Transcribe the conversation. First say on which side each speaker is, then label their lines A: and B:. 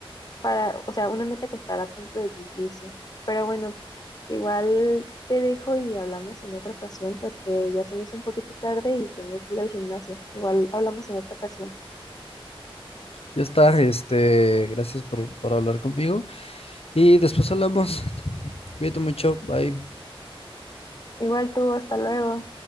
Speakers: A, on the left; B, on the left.
A: para, o sea, una meta que estará a punto de cumplirse. Pero bueno, igual te dejo y hablamos en otra ocasión porque ya se me hizo un poquito tarde y tengo que ir al gimnasio. Igual hablamos en otra ocasión.
B: Ya está, este, gracias por, por hablar conmigo y después hablamos. Cuídate mucho, bye.
A: Igual tú, hasta luego.